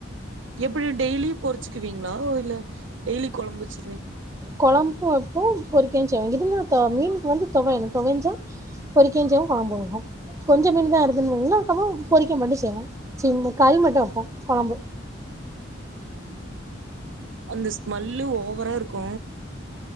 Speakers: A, on the right; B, on the right.
A: எப்டி டெய்லியு பொருச்சுக்குவீங்ளா இல்ல டெய்லி கொழம்புச்சு
B: கொழம்பு வப்போ பொரிக்கவு செய்வோ இதுன மீன்க்கு வந்து தோவையணு தொவைஞ்சா பொரிக்கவு செய்வோ கொழம்பு வப்பொ கொஞ்ச மீன் தா <unintelligible> அப்போ பொரிக்க மட்டு செய்வோ சி கறி மட்டு வப்போ கொழம்பு
A: அந்த ஸ்மெல்லு ஓவரா இருக்கு